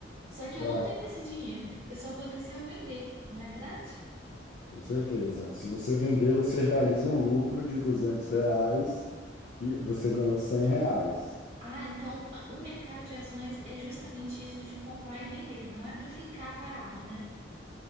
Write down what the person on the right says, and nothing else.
Só que
eu não tenho esse dinheiro. Eu só vou ter se eu vender, não é verdade?
Ah, então a- o mercado de ações é justamente isso de comprar e vender, não é para ficar parado, né?